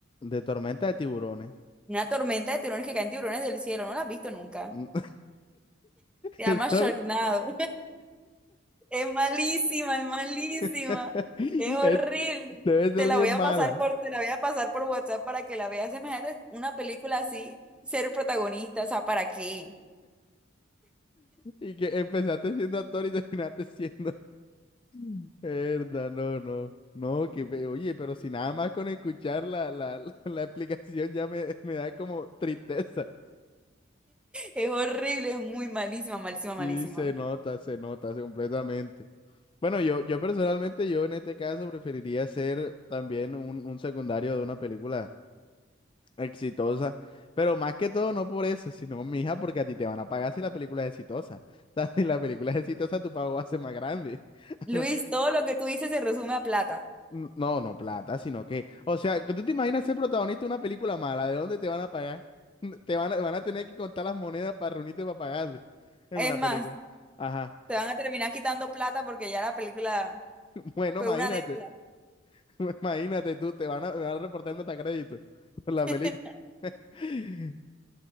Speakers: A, on the left; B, in the centre.
A: De tormenta de tiburones.
B: Una tormenta de tiburones que caen tiburones del cielo, ¿no la has visto nunca?
A: <laughs>
B: Se llama
A: Esa-
B: Sharknado. Es malísima, es malísima.
A: <laughs>
B: Es horrible.
A: es- Debe ser
B: Te la
A: bien
B: voy a
A: mala.
B: pasar por, te la voy a pasar por WhatsApp para que la veas. Imagínate una película así, ser protagonista, o sea, ¿para qué?
A: Y que empezaste siendo actor y terminaste siendo. <laughs> Verdad, no, no. No, que pe- oye, pero si nada más con escuchar la, la, <laughs> la, la explicación ya me, me da como tristeza.
B: Es horrible, es muy malísima, malísima,
A: Sí,
B: malísima.
A: se nota, se nota, se completamente. Bueno, yo, yo personalmente, yo en este caso preferiría ser también un, un secundario de una película Exitosa. Pero más que todo, no por eso, sino, mija, porque a ti te van a pagar si la película es exitosa. <laughs> O sea, si la película es exitosa, tu pago va a ser más grande. <laughs>
B: Luis, todo lo que tú dices se resume a plata.
A: N- No, no plata, sino que. O sea, ¿tú te imaginas ser protagonista de una película mala? ¿De dónde te van a pagar? <laughs> Te van a, van a tener que contar las monedas para reunirte para pagarle en
B: Es
A: una
B: más,
A: película. Ajá.
B: te van a terminar quitando plata porque ya la película
A: Bueno,
B: fue
A: imagínate.
B: una deuda.
A: <laughs> Imagínate tú, te van a, te van a reportar hasta crédito por la
B: <laughs>
A: película. <laughs>